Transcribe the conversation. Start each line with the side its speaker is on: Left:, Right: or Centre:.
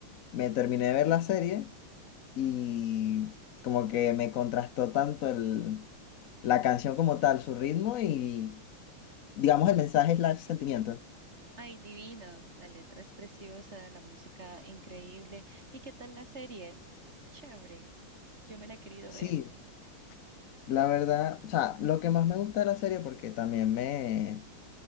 Left: me terminé de ver la serie. y como que me contrastó tanto el, la canción como tal, su ritmo y digamos el mensaje es el sentimiento.
Right: Ay, divina, la letra es preciosa, la música increíble. ¿Y qué tal la serie? Chévere, yo me la he querido ver.
Left: Sí, la verdad, o sea, lo que más me gusta de la serie, porque también me,